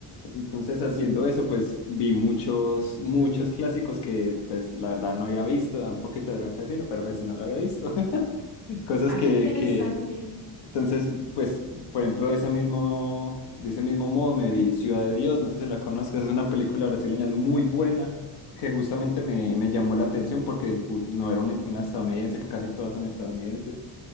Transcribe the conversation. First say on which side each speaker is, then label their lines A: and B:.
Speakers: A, on the left; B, on the left.
A: Entonces, haciendo
B: Mm,
A: eso, pues vi muchos, muchos clásicos que, pues, la verdad no había visto, da un poquito de vergüenza decirlo, pero pues si no lo había visto, <laughs> cosas
B: ah,
A: que,
B: qué interesante.
A: que, entonces, pues, por ejemplo, de ese mismo, de ese mismo modo me vi Ciudad de Dios, no sé si la conozcas, es una película brasileña muy buena, que justamente me, me llamó la atención porque ju- no era una, una estadounidense, que casi todas son estadounidenses.